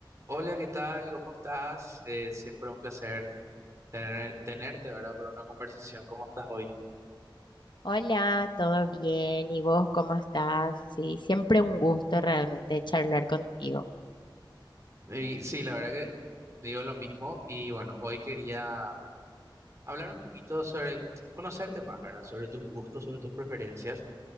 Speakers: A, on the right; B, on the left.
A: Hola, ¿qué tal? ¿Cómo estás? Eh, siempre un placer tener, tenerte, ¿verdad? Para una conversación. ¿Cómo estás hoy?
B: Hola, ¿todo bien? ¿Y vos cómo estás? Sí, siempre un gusto realmente charlar contigo.
A: Y sí, la verdad que digo lo mismo. Y bueno, hoy quería hablar un poquito sobre conocerte más, ¿verdad? Sobre tus gustos, sobre tus preferencias.